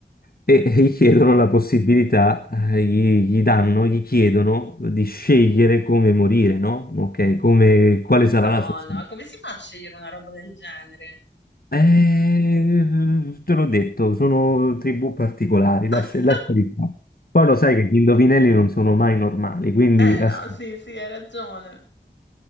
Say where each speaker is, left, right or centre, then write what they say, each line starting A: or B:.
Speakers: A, on the left; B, on the left.
A: E e gli chiedono la possibilità, eh, gli, gli danno, gli chiedono di scegliere come morire, no? Ok, come, quale
B: madonna,
A: sarà la sua sorte.
B: ma come si fa a scegliere una roba del genere?
A: Eh, te l'ho detto, sono tribù particolari,
B: <laughs>
A: lascia, lasciali fare. Poi lo sai che gli indovinelli non sono mai normali, quindi...
B: Eh
A: ass-
B: no, sì, sì, hai ragione.